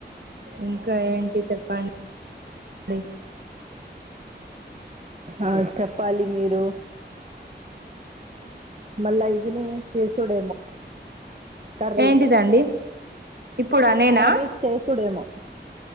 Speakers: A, on the right (about 60°); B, on the right (about 40°).
A: ఇంకా ఏంటి చెప్పం డి
B: ఆ చెప్పాలి మీరు మళ్ళా ఈవినింగ్ చేసుడేమో కర్రీస్
A: ఏంటిదండి ఇప్పుడా నేనా
B: కర్రీస్ చేసుడేమో